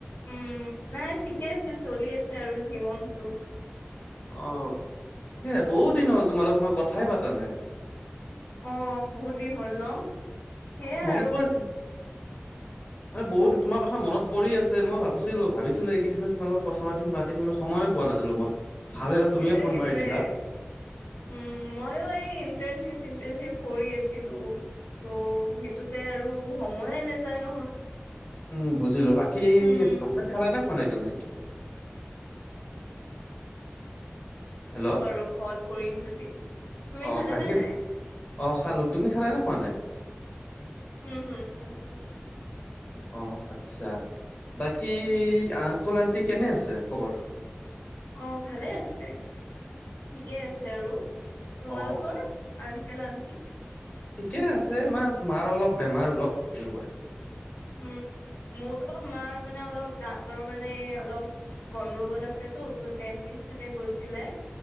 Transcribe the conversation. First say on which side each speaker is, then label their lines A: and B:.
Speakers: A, on the left (about 80°); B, on the left (about 40°).
A: উম' নাই ঠিকে আছে, চলি আছে আৰু জীৱনতটো।
B: অ' ঠিকে, বহুত দিন হ'ল তোমাৰ লগত মই কথাই পাতা নাই।
A: ' অ বহুত দিন হ'ল ন। সেইয়াই
B: অ', মনত
A: আৰু
B: পৰিছে
A: <unintelligible>
B: মানে বহুত তোমাৰ কথা মনত পৰি আছে। মই ভাবিছিলো ভাবিছিলো এইকেইদিনত তোমাৰ লগ কথা পাতিম পাতিম। কিন্ত সময় পোৱা নাছিলো মই। ভালে হ'ল
A: সেইটোয়ে,
B: তুমিয়ে ফোন
A: সেইটোয়ে।
B: মাৰি দিলা।
A: উম, মইও এই ইণ্টাৰশ্বিপ- ইন্তাৰশ্বিপ কৰি আছিলো। ত' সেইটোতে আৰু সময়ে নাযায় নহয়।
B: উম' বুজিলো বাকী
A: উম
B: ভাত-ভাত খালা না? খোৱা নাই তুমি। হেল্ল'
A: আৰু কল কৰিম বুলি। তুমি
B: অ',
A: খালা
B: বাকী
A: নে নাই?
B: অ' খালো তুমি খালা নে খোৱা নাই?
A: উম হম খালো খালো
B: অ' আচ্ছা। বাকী
A: উম,
B: আংকুল-আণ্টি কেনে আছে খবৰ?
A: অ' ভালে আছে, ঠিকে আছে আৰু তোমালোকৰ?
B: অ
A: আন আণ্টি।
B: ঠিকে আছে মা, মাৰ অলপ বেমাৰ অলপ এনেকুৱাই।
A: উম'মোৰো মাৰ মানে অলপ দাতৰ মানে অলপ গণ্ডগোল আছেতো, তোৰ ডেন্টিষ্ট তাতে গৈছিলে।